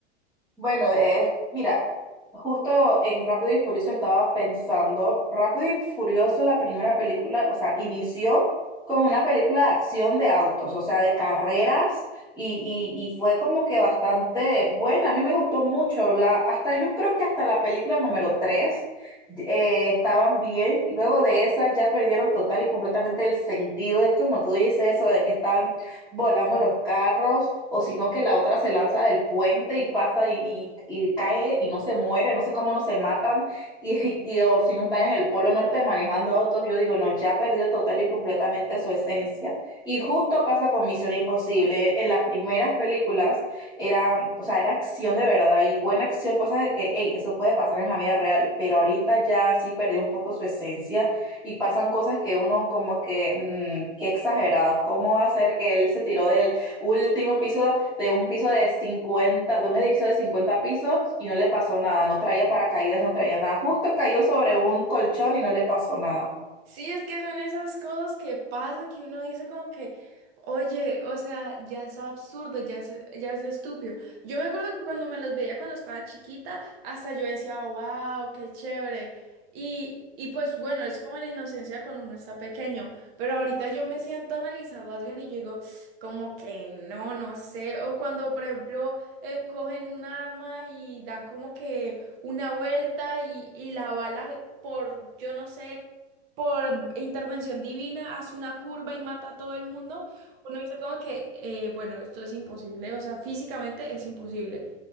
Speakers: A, in the centre; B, on the right.
A: Bueno, es, mira, justo en Rápido y Furioso estaba pensando, Rápido y Furioso, la primera película, o sea, inició como una película de acción de autos, o sea, de carreras, y, y- y fue como que bastante buena, a mí me gustó mucho, la, hasta yo creo que hasta la película número 3 estaban bien, luego de esa ya perdieron total y completamente el sentido, es como tú dices eso de que están volando los carros, o sino que la otra se lanza del puente y pasa y, y- y cae y no se muere, no sé cómo no se matan, y, <laughs> y- o si no están en el Polo Norte manejando autos, yo digo, no, ya perdió total y completamente su esencia. Y justo pasa con Misión Imposible, en las primeras películas era, o sea, era acción de verdad y buena acción, cosas de que, hey, eso puede pasar en la vida real, pero ahorita ya sí perdió un poco su esencia y pasan cosas que uno como que, mm, qué exagerados, ¿cómo va a ser que él se tiró del último piso de un piso de 50 de un edificio de 50 pisos y no le pasó nada? No traía paracaídas, no traía nada. Justo cayó sobre un colchón y no le pasó nada.
B: Sí, es que son esas cosas que pasan que uno dice como que, oye, o sea, ya es absurdo, ya es, ya es estúpido. Yo me acuerdo que cuando me las veía cuando estaba chiquita, hasta yo decía, wow, qué chévere. Y, y pues bueno, es como la inocencia cuando uno está pequeño, pero ahorita yo me siento a analizarlas bien y yo digo, como que no, no sé. O cuando, por ejemplo, eh, cogen un arma y dan como que una vuelta y, y la bala por yo no sé por intervención divina hace una curva y mata a todo el mundo, uno dice como que, eh, bueno, esto es imposible, o sea, físicamente es imposible.